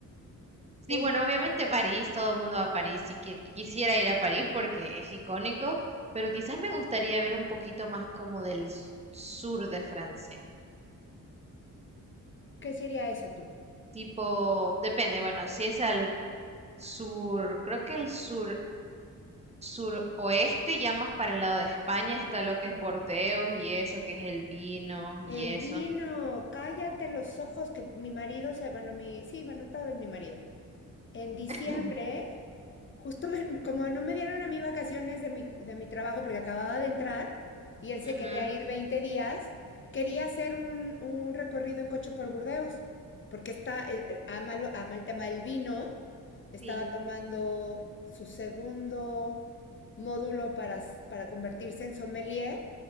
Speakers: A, on the right; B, on the left.
A: Sí,
B: He
A: bueno,
B: ido.
A: obviamente París, todo el mundo va a París y que quisiera ir a París porque es icónico, pero quizás me gustaría ver un poquito más como del s- sur de Francia.
B: ¿Qué sería eso tú?
A: Tipo, depende, bueno, si es al sur, creo que el sur, suroeste, ya más para el lado de España está lo que es Bordeaux y eso, que es el vino
B: El
A: y eso.
B: vino, cállate los ojos que mi marido se, bueno, mi, sí, bueno, tal vez mi marido. En diciembre,
A: <laughs>
B: justo me- como no me dieron a mí vacaciones de mi, de mi trabajo porque acababa de entrar y él se
A: Ujú,
B: quería ir 20 días, quería hacer un, un recorrido en coche por Burdeos, porque está, eh, eh, ama, lo- ama el tema del vino, estaba
A: Sí.
B: tomando su segundo módulo para, s- para convertirse en sommelier